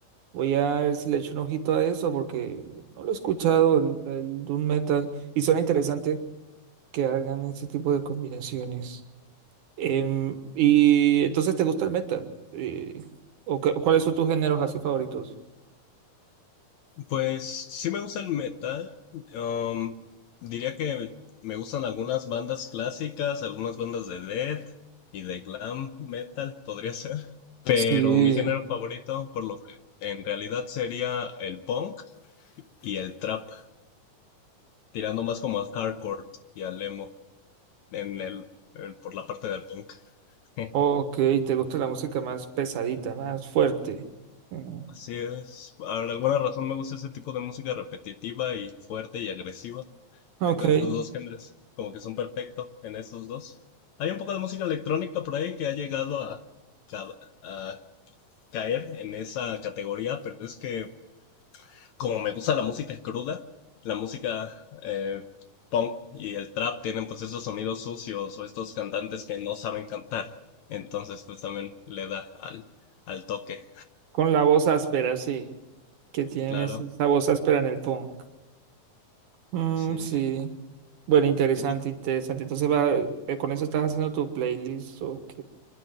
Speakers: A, on the right; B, on the left.
A: Voy a ver si le echo un ojito a eso porque no lo he escuchado, el, el Doom Metal. Y suena interesante que hagan ese tipo de combinaciones. Em, y entonces, ¿te gusta el metal? Eh, ¿o cu- cuáles son tus géneros así favoritos?
B: Pues sí me gusta el metal. um, diría que me gustan algunas bandas clásicas, algunas bandas de death y de glam metal, podría ser. Pero
A: Sí,
B: mi género favorito, por lo que en realidad sería el punk y el trap, tirando más como al hardcore y al emo. en el, el- por la parte del punk. <laughs>
A: ok, te gusta la música más pesadita, más fuerte. Mm,
B: Así es. Por alguna razón me gusta ese tipo de música repetitiva y fuerte y agresiva.
A: Ok,
B: Entonces los dos géneros como que son perfectos en esos dos. Hay un poco de música electrónica por ahí que ha llegado a, ca- a caer en esa categoría, pero es que como me gusta la música cruda, la música eh, punk y el trap tienen pues esos sonidos sucios o estos cantantes que no saben cantar. Entonces pues también le da al, al toque,
A: con la voz áspera, sí, que tienen
B: claro.
A: esa esa voz áspera en el punk. Mm,
B: Sí.
A: sí. Bueno, interesante,
B: ¿Y tú?
A: interesante. Entonces va, eh, con eso estás haciendo tu playlist, ok.